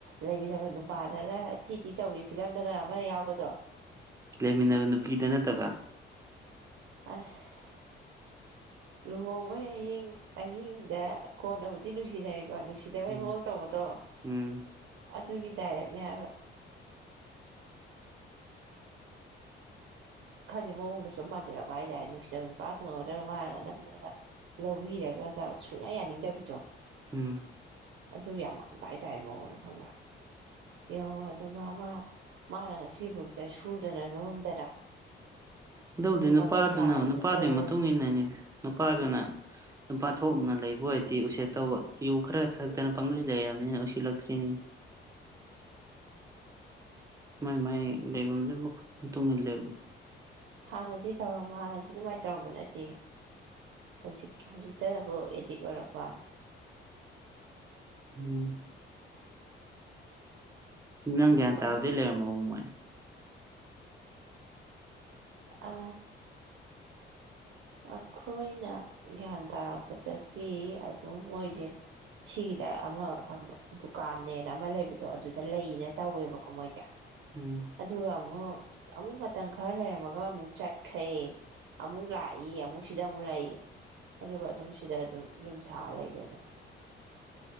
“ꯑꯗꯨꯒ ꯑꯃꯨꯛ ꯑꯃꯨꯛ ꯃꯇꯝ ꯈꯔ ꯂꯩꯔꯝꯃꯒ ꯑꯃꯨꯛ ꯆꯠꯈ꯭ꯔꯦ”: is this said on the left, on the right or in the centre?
Right